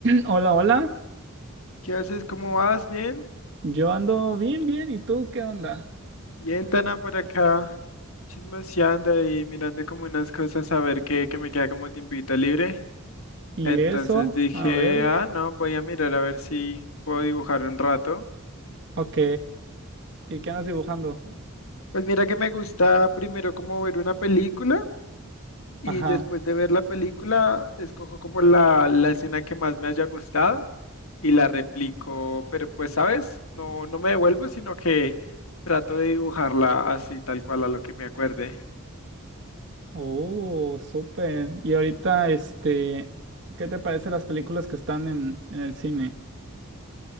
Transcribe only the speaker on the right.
Hola, hola.
Yo ando bien, bien. ¿Y tú qué onda?
¿Y
eso?
A ver.
Ok. ¿Y qué andas dibujando?
Ajá.
Oh, súper. Y ahorita, este, ¿qué te parecen las películas que están en, en el cine?